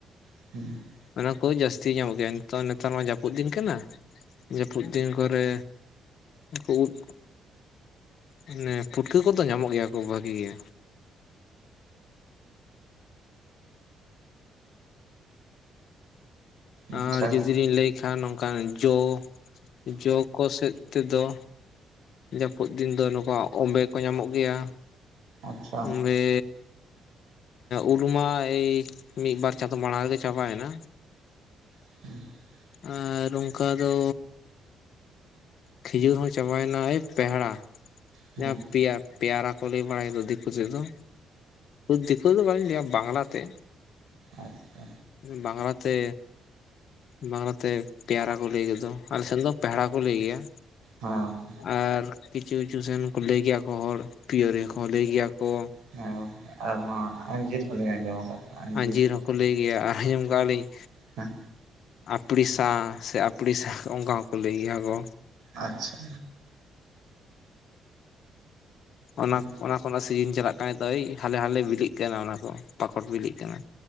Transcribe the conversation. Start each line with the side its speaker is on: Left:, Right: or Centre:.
Right: <unintelligible>
Left: ᱚᱱᱟ ᱠᱚ ᱡᱟᱹᱥᱛᱤ ᱧᱟᱢᱚᱜ ᱜᱮᱭᱟ᱾ ᱱᱤᱛᱚᱜ ᱱᱮᱛᱟᱨ ᱢᱟ ᱡᱟᱹᱯᱩᱫ ᱫᱤᱱ ᱠᱟᱱᱟ᱾ ᱡᱟᱹᱯᱩᱫ ᱫᱤᱱ ᱠᱚᱨᱮ᱾ ᱠᱩ ᱩᱫ ᱢᱟᱱᱮ ᱯᱩᱴᱠᱟᱹ ᱠᱚᱫᱚ ᱧᱟᱢᱚᱜ ᱜᱮᱭᱟ ᱠᱚ ᱵᱷᱟᱹᱜᱤ ᱜᱮ᱾
Right: ᱟᱪᱪᱷᱟ
Left: ᱟᱨ ᱡᱩᱫᱤ ᱞᱤᱧ ᱞᱟᱹᱭ ᱠᱷᱟᱱ ᱱᱚᱝᱠᱟᱱ ᱡᱚ ᱡᱚ ᱠᱚ ᱥᱮᱫ ᱛᱮᱫᱚ ᱡᱟᱹᱯᱩᱫ ᱫᱤᱱ ᱫᱚ ᱱᱚᱝᱠᱟ ᱚᱢᱵᱮ ᱠᱚ ᱧᱟᱢᱚᱜ ᱜᱮᱭᱟ᱾
Right: ᱟᱪᱪᱷᱟ
Left: ᱛᱚᱵᱮ ᱩᱞᱢᱟ ᱮᱭ ᱢᱤᱫ ᱵᱟᱨ ᱪᱟᱸᱫᱚ ᱢᱟᱲᱟᱝ ᱨᱮᱜᱮ ᱪᱟᱵᱟᱭᱮᱱᱟ᱾
Right: <unintelligible>
Left: ᱟᱨ ᱚᱱᱠᱟ ᱫᱚ, ᱠᱷᱤᱡᱩᱨ ᱦᱚᱸ ᱪᱟᱵᱟᱭᱮᱱᱟ ᱮᱭ ᱯᱮᱲᱦᱟ
Right: ᱦᱮᱸ
Left: ᱡᱟᱦᱟᱸ ᱯᱮᱭᱟ, ᱯᱮᱭᱟᱨᱟ ᱠᱚ ᱞᱟᱹᱭ ᱵᱟᱲᱟᱭ ᱫᱚ ᱫᱤᱠᱩ ᱛᱮᱫᱚ, ᱫᱤᱠᱩ ᱫᱚ ᱵᱟᱹᱞᱤᱧ ᱞᱟᱹᱭᱟ ᱵᱟᱝᱞᱟᱛᱮ᱾
Right: ᱟᱪᱪᱷᱟ
Left: ᱵᱟᱝᱞᱟᱛᱮ ᱵᱟᱝᱞᱟᱛᱮ ᱯᱮᱭᱟᱨᱟ ᱠᱚ ᱞᱟᱹᱭ ᱜᱮᱫᱚ᱾ ᱟᱞᱮᱥᱱ ᱫᱚ ᱯᱮᱲᱦᱟ ᱠᱚ ᱞᱟᱹᱭ ᱜᱮᱭᱟ
Right: ᱦᱮᱸ
Left: ᱟᱨ ᱠᱤᱪᱷᱩ ᱠᱤᱪᱷᱩ ᱥᱮᱱ ᱠᱚ ᱞᱟᱹᱭ ᱜᱮᱭᱟ ᱠᱚ ᱦᱚᱲ ᱯᱤᱭᱳᱨᱤᱭᱟᱹ ᱠᱚᱦᱚ ᱠᱚ ᱞᱟᱹᱭ ᱜᱮᱭᱟ ᱠᱚ᱾
Right: ᱡᱟᱭᱦᱚᱠ ᱟᱨ ᱱᱚᱣᱟ ᱟᱸᱡᱤᱨ ᱦᱚᱸ ᱞᱤᱧ ᱟᱸᱡᱚᱢ ᱟᱠᱟᱫ᱾ ᱠᱚᱣᱟ
Left: ᱟᱸᱡᱤᱨ
Right: ᱠᱚ
Left: ᱦᱚᱸᱠᱚ
Right: ᱯᱟᱞᱮ
Left: ᱞᱟᱹᱭ ᱜᱮᱭᱟ ᱟᱨ ᱟᱸᱡᱚᱢ ᱠᱟᱜ ᱟᱹᱞᱤᱧ,
Right: ᱦᱮᱸ
Left: ᱟᱯᱲᱤᱥᱟ ᱥᱮ ᱟᱯᱲᱤᱥᱟ ᱚᱱᱠᱟ ᱦᱚᱸᱠᱚ ᱞᱟᱹᱭ ᱜᱮᱭᱟ ᱠᱚ,
Right: ᱟᱪᱪᱷᱟ
Left: ᱚᱱᱟ
Right: ᱜᱚᱝᱠᱮ
Left: ᱚᱱᱟ ᱠᱷᱚᱱᱟᱜ ᱥᱤᱡᱤᱱ ᱪᱟᱞᱟᱜ ᱠᱟᱭ ᱫᱳᱭ ᱦᱟᱞᱮ ᱦᱟᱞᱮ ᱵᱤᱞᱤᱜ ᱠᱟᱱᱟ᱾ ᱚᱱᱟ ᱠᱚ ᱯᱟᱠᱚᱴ ᱵᱤᱞᱤᱜ ᱠᱟᱱᱟ᱾